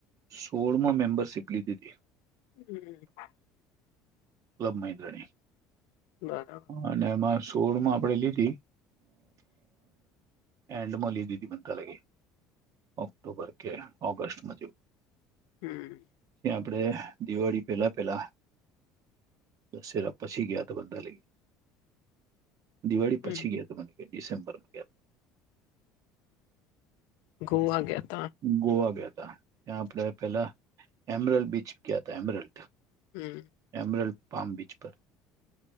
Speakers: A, on the right; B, on the left.
A: સોળમાં મેમ્બરશીપ લીધી હતી
B: હમ
A: ક્લબ મહેન્દ્રણી
B: બરાબર
A: અને એમાં સોળમાં આપણેે લીધી અ એન્ડ મો લીદી બતા લાગી ઓક્ટોબર કે ઓગસ્ટ મ
B: હમ.
A: આપડે દિવાળી પેલા પેલા દશેરા પછી ગયા તો બધા લઈ ગ દિવાળી
B: હમ
A: પછી ગયા તો મને કે ડિસેમ્બરમાં ગયા
B: ગોવા ગેટ
A: ગોવા ગયા ત ત્યાં આપડ પેલા એમરલ બીચ ગયા ત એમરલ
B: હમ
A: એમરલ પામ બિચ પર